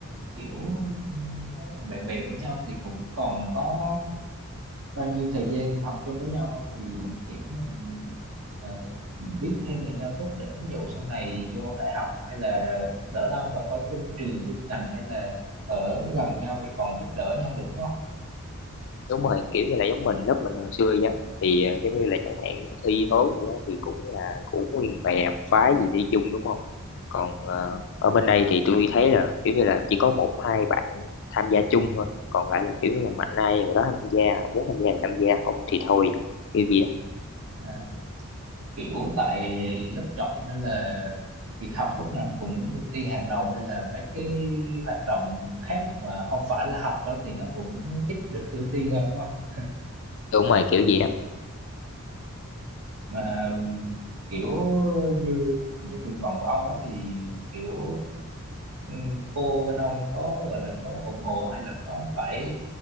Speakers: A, on the right (about 70°); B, on the left (about 55°).
A: kiểu nó là bạn bè với nhau thì cũng còn có bao nhiêu thời gian học chung với nhau đâu thì kiểu mình ờ, biết thêm về nhau chút để ví dụ sau này vô đại học hay là lỡ đâu mà có chung trường chung ngành hay là ở gần nhau thì còn giúp đỡ nhau được đúng không
B: đúng rồi kiểu như là giống mình lớp mình hồi xưa vậy á. thì ờ, giống như là chẳng hạn thi hố gì đó thì cũng là cũng nguyên bè một phái gì đi chung đúng không còn ờ, ở bên đây thì tôi thấy là kiểu như là chỉ có một hai bạn tham gia chung thôi còn lại là kiểu như là mạnh ai người đó tham gia muốn tham gia thì tham gia không thì thôi kiểu gì đó
A: À, kiểu tại lớp chọn nên là việc học lúc nào nó cũng ưu tiên hàng đầu nên là mấy cái hoạt động khác mà không phải là học á thì nó cũng ít được ưu tiên hơn đúng không
B: đúng rồi kiểu gì đó
A: mà kiểu như như nguyện vọng của ông á thì kiểu ừm, cô bên ông có gọi là có ủng hộ hay là có phải